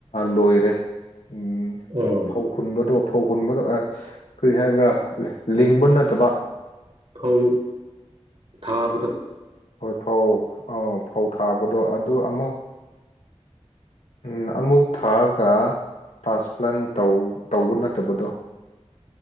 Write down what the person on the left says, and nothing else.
ꯂꯣꯏꯔꯦ ꯎꯝ
ꯐꯧ ꯍꯨꯟꯕꯗꯣ ꯐꯧ ꯍꯨꯟꯕ ꯀꯔꯤ ꯍꯥꯏꯕ꯭ꯔꯥ ꯂꯤꯡꯕ ꯅꯠꯇꯕ
ꯍꯣꯏ ꯐꯧ ꯑꯥ ꯐꯧ ꯊꯥꯕꯗꯣ ꯑꯗꯨ ꯑꯃꯨꯛ ꯎꯝ ꯑꯃꯨꯛ ꯊꯥꯔꯒ ꯇ꯭ꯔꯥꯟꯁꯄ꯭ꯂꯥꯟ ꯇꯧꯕ ꯅꯠꯇꯕꯗꯣ